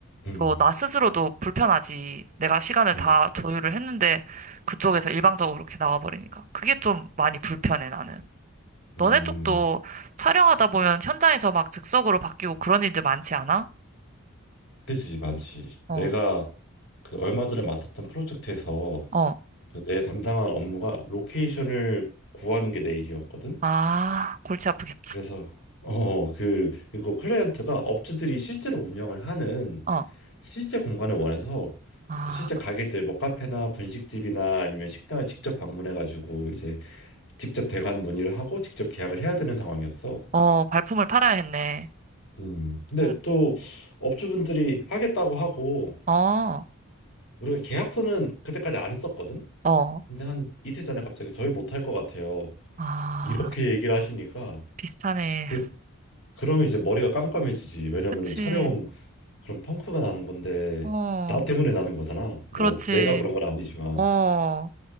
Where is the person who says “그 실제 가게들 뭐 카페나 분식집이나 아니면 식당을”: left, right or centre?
Left